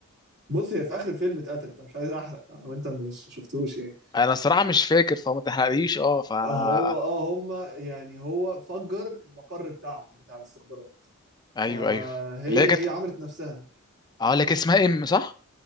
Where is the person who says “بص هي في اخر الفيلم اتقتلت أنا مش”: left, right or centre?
Right